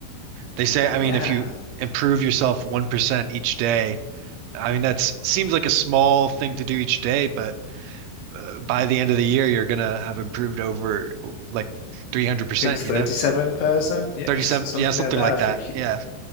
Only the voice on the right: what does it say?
they say, I
mean, if you improve yourself 1% each day, I mean, that's seems like a small thing to do each day, but uh, by the end of the year, you're gonna have improved over like 300%,
you know?
37,
yeah, something
like
that.
Yeah.